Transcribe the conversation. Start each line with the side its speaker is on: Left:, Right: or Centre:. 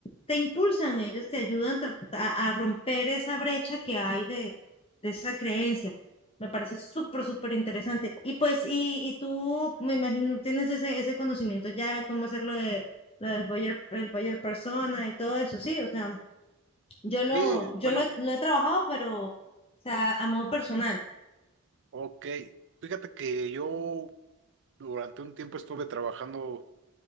Left: te impulsan, ellos te ayudan ta- a, a romper esa brecha que hay de, de esa creencia. Me parece súper, súper interesante. Y pues, y, y tú, me imagino, tienes ese, ese conocimiento ya de cómo hacerlo lo del Boyer, el Boyer Persona y todo eso, sí, o sea, yo lo,
Right: Sí,
Left: yo
Right: bueno,
Left: lo, lo he trabajado, pero, o sea, a modo personal.
Right: ok. Fíjate que yo Durante un tiempo estuve trabajando